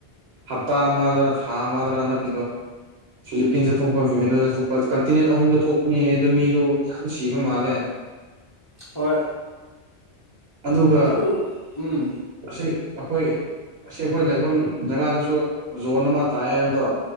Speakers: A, on the right; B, on the left.
A: ꯍꯞꯇꯥ ꯑꯝꯗ꯭ꯔ ꯊꯥꯝꯗ꯭ꯔ ꯑꯟ ꯀ ꯏꯣ ꯐꯤꯂꯤꯄꯤꯟꯁꯇ ꯊꯣꯛꯄ ꯚꯚꯦꯟꯗꯣꯗ ꯊꯣꯛꯄ ꯀꯟꯇꯤꯅꯦꯟ ꯑꯍꯨꯝꯗ ꯊꯣꯛꯄꯅꯦ ꯑꯗꯨꯗ ꯃꯤꯗꯣ ꯌꯥꯝ ꯁꯤꯕ ꯃꯥꯜꯂꯦ
B: ꯍꯣꯏ
A: ꯑꯗꯨꯒ
B: ꯑꯗꯨ ꯎꯝ
A: ꯁꯤ ꯑꯩꯈꯣꯏ ꯑꯁꯤ ꯑꯩꯈꯣꯏ ꯂꯩꯐꯝ ꯖꯒꯥꯗꯁꯨ ꯖꯣꯟ ꯑꯃ ꯇꯥꯏ ꯍꯥꯏꯕꯗꯣ